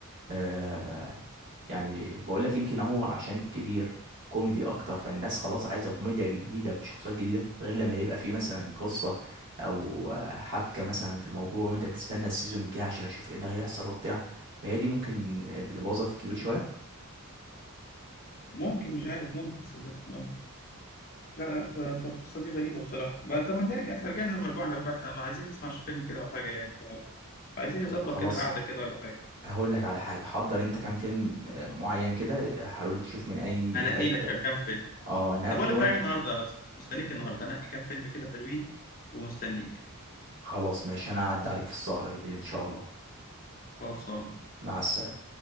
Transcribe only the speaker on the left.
ممكن مش عارف ممكن صدق ممكن لا لا ف- فالقصة دي غريبة بصراحة بقى طب ما نرجع احنا رجعنا لمرجوعنا بقى احنا ما عايزين نسمع فيلم كده أو حاجة يعني ف- فعايزين نظبط
كده قعدة كده ولا حاجة
أنا
إيه لك كام فيلم
طب اقول لك
حاجه النهارده مستنيك النهارده انقي كام فيلم كده حلوين ومستنيك
خلصان